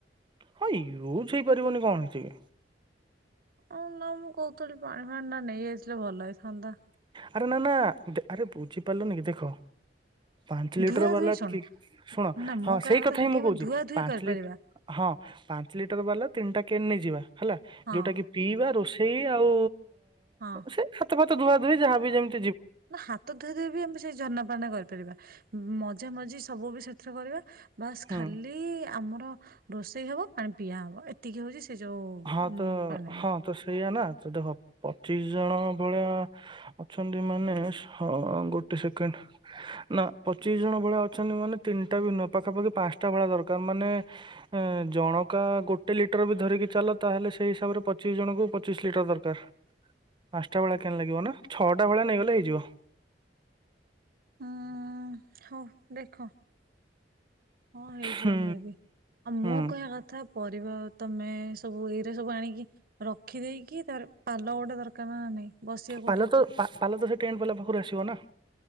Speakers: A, on the right; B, on the right.
A: ହଁ ୟୁଜ ହେଇପାରିବନି କଣ ହେଇଚିକି।
B: ଆ ନା ମୁଁ କହୁଥିଲି ପାଣି ଫାଣି ଟା ନେଇଆସିଲେ ଭଲ ହେଇଥାନ୍ତା।
A: ଆରେ ନା ନା ଦେ ଆରେ ବୁଝିପାରିଲ ନ କି ଦେଖ। ପାଞ୍ଚ ଲିଟର
B: ଧୁଆ
A: ବାଲା
B: ଧୁଇ ଶୁଣ
A: କି ଶୁଣ
B: ନା
A: ହଁ
B: ମୋ କହିବା
A: ସେଇ କଥା
B: ସେଠି
A: ହିଁ ମୁଁ
B: ଆମେ
A: କହୁଛି
B: ଧୁଆ ଧୁଇ
A: ପାଞ୍ଚ
B: କରିପାରିବା
A: ଲି ହଁ ପାଞ୍ଚ ଲିଟର ବାଲା। ତିନିଟା କେନ୍ ନେଇ ଯିବା। ହେଲା
B: ହଁ
A: ଯୋଉଟା କି ପିଇବା ରୋଷେଇ ଆଉ
B: ହଁ
A: ସେ ହାତ ଫା ଧୁଆ ଧୁଇ ଯାହା ବି ଯେମତି।
B: ନା ହାତ ଧୋଇଦ ବି ଆମେ ସେଇ ଯନପଳନା କରିପାରିବା। ମଜା ମଜି ସବୁ ବି ସେଥିରେ କରିବା। ବାସ୍
A: ହୁଁ
B: ଖାଲି ଆମର ରୋଷେଇ ହବ ପାଣି ପିଆ ହବ ଏ ଏତିକି ହଉଛି ସେ ଯୋଉ
A: ହଁ
B: ଉଁ
A: ତ
B: ପାଣ
A: ହଁ ତ ସେଇଆ ନା ତ ଦେଖ ପଚିଶ ଜଣ ଭଳିଆ ଅଛନ୍ତି ମାନେ ହ ଗୋଟେ ସେକେଣ୍ଡ ନା ପଚିଶ ଜଣ ଭଳିଆ ଅଛନ୍ତି ମାନେ ତିନିଟା ବି ନୁହେଁ ପାଖାପାଖି ପାଞ୍ଚଟା ଭଳିଆ ଦରକାର ମାନେ ଜଣକା ଗୋ ଗୋଟେ ଲିଟର ବି ଧରିକି ଚାଲ ତାହେଲେ ସେଇ ହିସାବରେ ପଚିଶ ଜଣଙ୍କୁ ପଚିଶ ଲିଟର ଦରକାର। ପାଞ୍ଚଟା ବେଳେ କେ ଲାଗିବ ନା ଛଅଟା ଟା ଭଳିଆ ନେଇଗଲେ ହେଇଯିବ।
B: ଉଁ ହଉ ଦେଖ ହଁ ହେଇଯିବମେ
A: ହୁଁ
B: ବି ଆଉ ମୋ
A: ହୁଁ
B: କହିବା କଥା ପରିବା ତମେ ସବୁ ଏଇରେ ସବୁ ଆଣିକି ରଖିଦେଇକି ତାରେ ପାଲ ଗୋଟେ ଦରକାର ନା ନାଇଁ ବସିବା କୋଉଠି
A: ପାଲ ତ ପାଲ ତ ସେ ଟ୍ରେଟ ବାଲା ପାଖରୁ ଆସିବ ନା